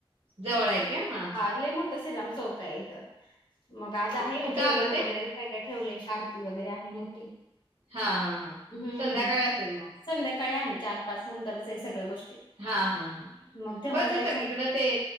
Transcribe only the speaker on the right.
जवळ आहे का हा हां.
कुठं
आलं ते
हा हा हा
संध्याकाळी असेल मग.
हा हा हा हो
तर सगळीकडें ते